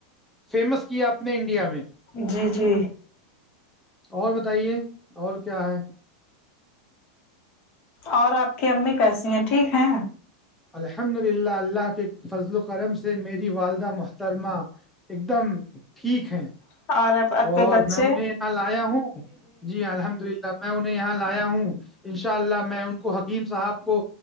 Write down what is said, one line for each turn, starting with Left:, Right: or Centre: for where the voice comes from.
Centre: فیمس کیا آپ نے انڈیا میں
Left: جی جی
Centre: اور بتائیے اور کیا ہے
Left: اور آپ کی امی کیسی ہیں ٹھیک ہے
Centre: الحمد للہ اللہ کے فضل و کرم سے میری والدہ محترمہ ایک دم ٹھیک ہیں
Left: <unintelligible>
Centre: اور
Left: بچے
Centre: میں انہیں یہاں آیا ہوں جی الحمد للہ انہیں یہاں لایا ہوں ان شاء اللہ میں ان کو حکیم صاحب کو